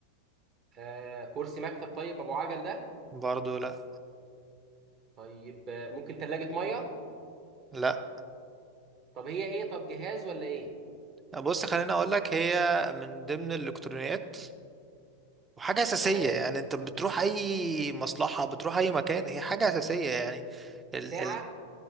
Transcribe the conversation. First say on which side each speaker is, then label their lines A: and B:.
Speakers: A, on the right (about 35°); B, on the right (about 15°).
A: آه كرسي مكتب طيب ابو عجل ده
B: برضو لا
A: طيب آه، ممكن ثلاجه ميه
B: لا
A: طب هي ايه طب جهاز ولا ايه
B: بص خليني أقول لك هي من ضمن الإلكترونيات وحاجة أساسية
A: تمام
B: يعني أنت بتروح أي مصلحة بتروح أي مكان هي حاجة أساسية يعني ال
A: ساعه
B: ال